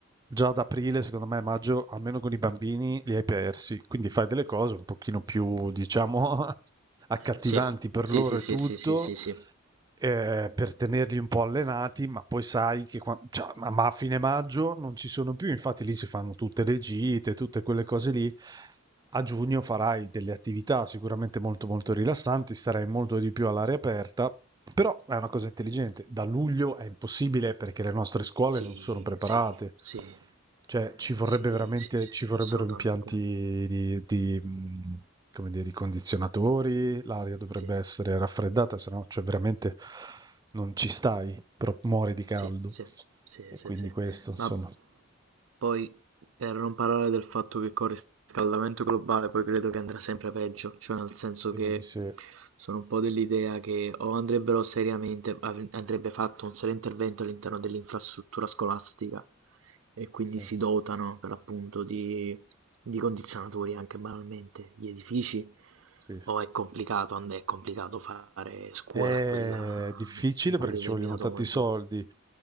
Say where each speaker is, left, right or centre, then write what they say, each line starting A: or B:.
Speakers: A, on the right (about 20°); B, on the right (about 80°).
A: già ad aprile, secondo me, maggio, almeno con i bambini, li hai persi. Quindi fai delle cose un pochino più, diciamo, <laughs> accattivanti
B: Sì,
A: per
B: sì,
A: loro
B: sì,
A: e
B: sì,
A: tutto,
B: sì, sì, sì,
A: eh, per tenerli un po' allenati, ma poi sai che quan- cioè, ma ma a fine maggio non ci sono più, infatti lì si fanno tutte le gite, tutte quelle cose lì. A giugno farai delle attività sicuramente molto molto rilassanti, starai molto di più all'aria aperta, però è una cosa intelligente. Da luglio è impossibile perché le nostre scuole
B: sì,
A: non sono preparate.
B: sì, sì, sì,
A: Cioè, ci vorrebbe
B: sì,
A: veramente,
B: sì, sì,
A: ci
B: sì,
A: vorrebbero
B: assolutamente.
A: impianti di, di, mh, come dire, di condizionatori, l'aria dovrebbe
B: Sì.
A: essere raffreddata, se no, cioè veramente non ci stai, però muori di caldo.
B: Sì, sì, sì,
A: E
B: sì,
A: quindi
B: sì.
A: questo, insomma,
B: Ma poi, per non parlare del fatto che col riscaldamento globale poi credo che andrà sempre peggio, cioè nel senso
A: vediamo
B: che
A: di se-
B: sono un po' dell'idea che o andrebbero seriamente, av- andrebbe fatto un serio intervento all'interno dell'infrastruttura scolastica e quindi
A: se-
B: si dotano per l'appunto di di condizionatori anche banalmente, gli edifici,
A: sì, sì.
B: o è complicato, and- è complicato fare scuola
A: È
B: a quella,
A: difficile
B: in
A: perché
B: quel
A: ci
B: determinato
A: vogliono tanti
B: momento.
A: soldi.